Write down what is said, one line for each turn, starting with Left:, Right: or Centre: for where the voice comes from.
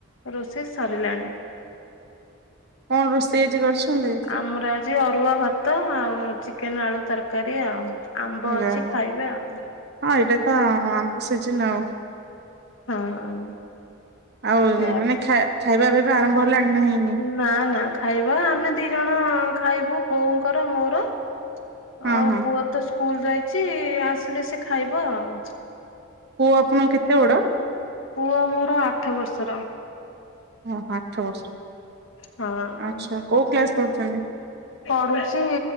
Left: ରୋଷେଇ ସରିଲାଣି।
Right: କ'ଣ ରୋଷେଇ ଆଜି କରିଛନ୍ତି?
Left: ଆମର ଆଜି ଅରୁଆ ଭାତ ଆଉ ଚିକେନ ଆଳୁ ତରକାରୀ ଆଉ। ଆମ୍ବ
Right: ଯାହା
Left: ଅଛି
Right: ହଉ।
Left: ଖାଇବେ ଆଉ।
Right: ହଁ, ଏଇଟା ତ ଆମ୍ବ ସିଜିନ ଆଉ।
Left: ହଁ
Right: ଆଉ
Left: ଏୟା
Right: ମାନେ ଖାଇ ଖାଇବା ପିଇବା ଆରମ୍ଭ ହେଲାଣି ନା ହେଇନି?
Left: ନା, ନା, ଖାଇବା ଆମେ ଦି ଜଣ ଖାଇବୁ ବୋଉଙ୍କର ମୋର।
Right: ହଁ
Left: ଆଉ
Right: ହଁ
Left: ପୁଅ ତ ସ୍କୁଲ ଯାଇଛି ଆସିଲେ ସିଏ ଖାଇବ ଆଉ।
Right: ପୁଅ ଆପଣଙ୍କ କେତେ ବଡ?
Left: ପୁଅ ମୋର ଆଠ ବର୍ଷର।
Right: ଓହୋଃ! ଆଠ ବର୍ଷର,
Left: ହଁ।
Right: ଆଛା କୋଉ କ୍ଲାସ୍ ପଢ଼ୁଛନ୍ତି?
Left: ପଢୁଛି